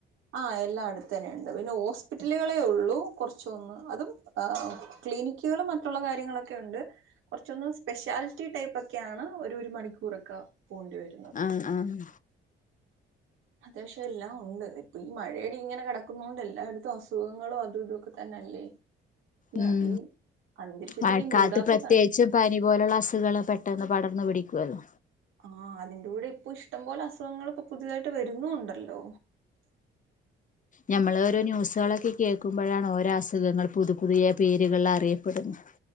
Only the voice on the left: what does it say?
ആഹ് ആഹ്
ഉം
മഴക്കാലത്ത്
പ്രത്യേകിച്ചും
പനി പോലുള്ള അസുഖൾ പെട്ടെന്ന് പടർന്ന് പിടിക്കുമല്ലോ
നമ്മള് ഓരോ ന്യൂസുകളൊക്കെ കേൾക്കുമ്പോഴാണ് ഓരോ അസുഖങ്ങൾ പുതു പുതിയ പേരുകളിൽ അറിയപ്പെടുന്നെ